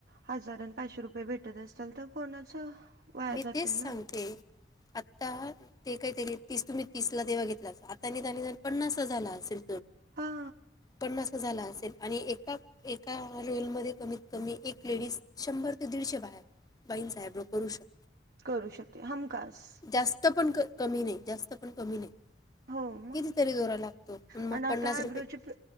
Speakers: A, on the right; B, on the left.
A: हजार पाचशे रुपय भेटत असताल तर कोणाचं वाया
B: मी
A: जातय
B: तेच सांगते
A: ना
B: आता ते काहीतरी तीस तुम्ही तीसला तेव्हा घेतला आता निदान पन्नास झाला असेल.
A: हा.
B: पन्नास झाला असेल आणि ए ए- एका रोलमध्ये कमीत कमी एक लेडीज शंभर ते दीडशे बाया बाईंचा आय ब्रो करू शक
A: करू शकते हमखास.
B: जास्त पण कमी नाही, जास्त पण कमी नाही.
A: हो मग
B: कितीतरी दोरा लागतो, प
A: आणि
B: मग
A: आता
B: पन्नास
A: आयब्रोचे
B: रुपये.
A: प